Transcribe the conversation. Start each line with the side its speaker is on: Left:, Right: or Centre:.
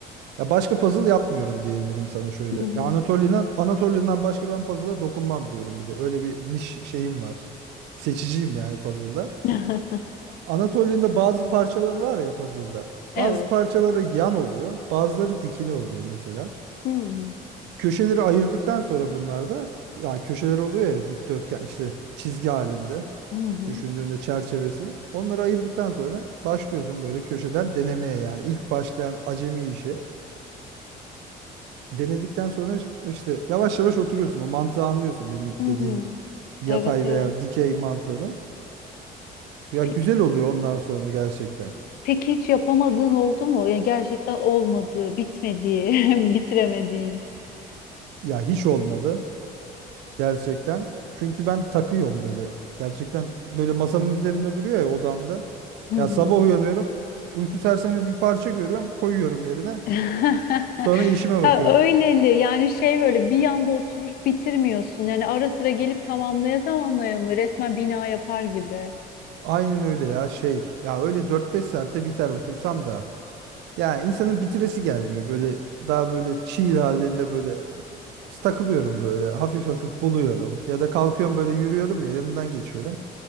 Right: Ya başka puzzle yapmıyorum diyebilirim sana şöyle.
Left: Hı hı.
Right: Ya Anatolia'dan Anatolia'dan başka ben puzzle'a dokunmam diyorum bir de. Öyle bir niş şeyim var. Seçiciyim yani puzzle'da.
Left: <laughs>
Right: Anatolia'nda bazı parçalar var ya puzzle'da.
Left: Evet.
Right: Bazı parçaları yan oluyor, bazıları dikine oluyor mesela.
Left: Hı hı.
Right: Köşeleri ayırdıktan sonra bunlarda ya köşeler oluyor ya dikdörtgen işte çizgi halinde
Left: Hı hı.
Right: düşündüğünde çerçevesini. Onları ayırdıktan sonra başlıyorsun böyle köşeden denemeye yani ilk başlayan acemi işi. denedikten sonra iş- işte yavaş yavaş oturuyorsun. O mantığı anlıyorsun benim
Left: Hı.
Right: dediğim yatay
Left: Evet, evet.
Right: veya dikey mantığını. Ya
Left: Peki,
Right: güzel oluyor ondan sonra gerçekten.
Left: peki hiç yapamadığın oldu mu? Ya gerçekten olmadı, bitmediği, <laughs> bitiremediğin.
Right: Ya hiç olmadı gerçekten. Çünkü ben takıyorum böyle. Gerçekten böyle masamın üzerinde duruyor ya odamda.
Left: Hı hı.
Right: Ya sabah uyanıyorum. Uyku sersemi bir parça görüyorum. Koyuyorum yerine.
Left: <laughs>
Right: Sonra işime
Left: Ha
Right: bakıyorum.
Left: öyleli yani şey böyle bir yanda oturup bitirmiyorsun. Yani ara sıra gelip tamamlaya tamamlaya mı resmen bina yapar gibi.
Right: Aynen öyle ya şey. Ya öyle dört beş saatte biter otursam da. Ya insanın bitiresi gelmiyor. Böyle daha böyle çiğ halinde böyle takılıyorum böyle hafif hafif buluyorum ya da kalkıyorum böyle yürüyorum ya yanından geçiyorum.